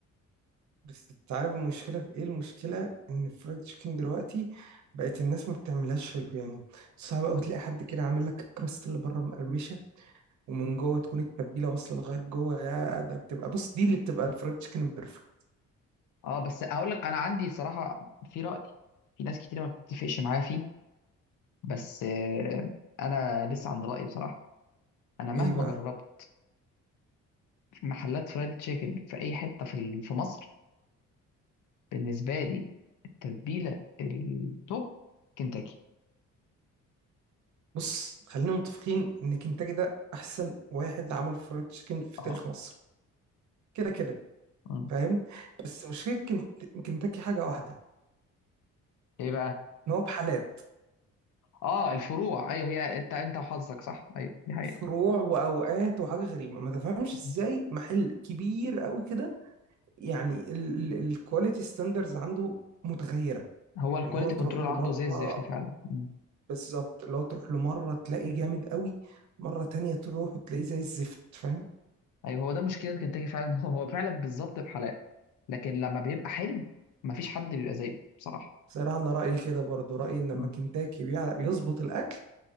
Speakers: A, on the right; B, on the left.
A: بس انت عارف المشكله في ايه المشكله ان الفرايد تشيكن دلوقتي بقت الناس ما بتعملهاش حلو يعني صعب قوي تلاقي حد كده عامل لك الكراست اللي بره مقرمشه ومن جوه تكون التتبيله واصله لغايه جوه يا ده بتبقى بص دي اللي بتبقى الفرايد تشيكن البرفكت
B: اه بس اقول لك انا عندي صراحه في راي في ناس كتير ما بتتفقش معايا فيه بس آه، انا لسه عند رايي بصراحه انا مهما
A: ايه بقى
B: جربت في محلات فرايد تشيكن في اي حته في ال- في مصر بالنسبه لي التتبيله التوب كنتاكي
A: بص خلينا متفقين ان كنتاكي ده احسن واحد عمل فرايد تشيكن في
B: اه
A: تاريخ مصر كده كده
B: مم.
A: فاهم بس مشكله كنت... كنتاكي حاجه واحده
B: ايه بقى
A: ان هو بحالات
B: اه الفروع ايوه هي انت انت وحظك صح ايوه دي حقيقه
A: فروع واوقات وحاجه غريبه ما تفهمش
B: مم.
A: ازاي محل كبير قوي كده يعني الكواليتي ستاندرز عنده متغيره
B: هو الكواليتي
A: اللي هو تروح
B: كنترول
A: له
B: عنده
A: مره
B: زي الزفت فعلا مم.
A: بالظبط اللي هو تروح له مرة تلاقيه جامد قوي مرة تانية تروح وتلاقيه زي الزفت فاهم
B: ايوه هو ده مشكله كنتاكي فعلا <laughs> هو هو فعلا بالظبط بحالات لكن لما بيبقى حلو مفيش حد بيبقى زيه بصراحه
A: صراحة أنا رأيي كده برضو رأيي إن
B: مم.
A: لما كنتاكي بيعرف يظبط الأكل